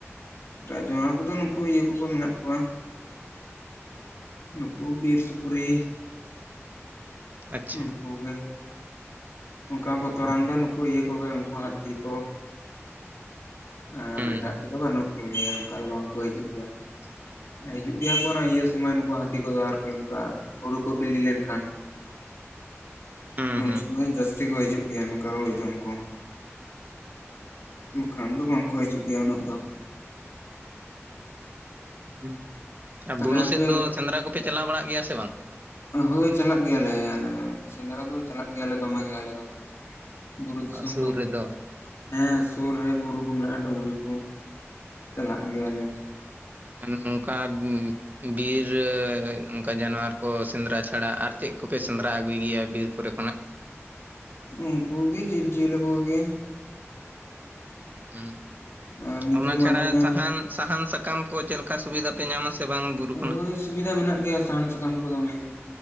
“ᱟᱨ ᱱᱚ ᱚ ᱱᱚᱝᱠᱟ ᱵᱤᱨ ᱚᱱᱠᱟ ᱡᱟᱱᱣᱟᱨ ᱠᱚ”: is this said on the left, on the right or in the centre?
Right